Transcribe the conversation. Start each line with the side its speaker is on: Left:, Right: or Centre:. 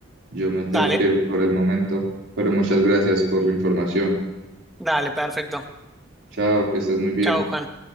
Right: Yo me tengo
Centre: Dale,
Right: que ir por el momento, pero muchas gracias por la información.
Centre: dale, perfecto.
Right: Chao, que estés muy bien.
Centre: Chao, Juan.